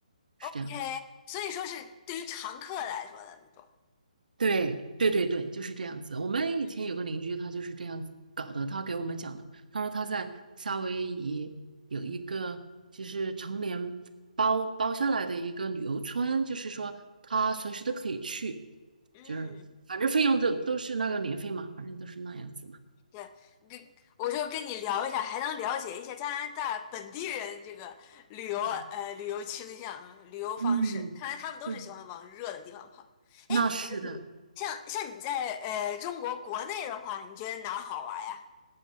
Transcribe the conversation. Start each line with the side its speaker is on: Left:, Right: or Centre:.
Right: 是这样。
Left: OK，所以说是对于常客来说的那种。
Right: 对对对对，就是这样子。我们以前有个邻居，
Left: 嗯，
Right: 他就是这样子搞的。他给我们讲的，他说他在夏威夷有一个就是成年包包下来的一个旅游村，就是说他随时都可以去，
Left: 嗯，
Right: 就是反正费用都都是那个年费嘛，反正都是那样子嘛。
Left: 对，跟我就跟你聊一下，还能了解一下加拿大本地人这个旅游呃旅游倾向、
Right: 对，
Left: 旅游方式。
Right: 嗯，
Left: 看来他们都是喜欢往热的地方跑。
Right: 对，那是的。
Left: 哎，那你像像你在呃中国国内的话，你觉得哪儿好玩呀？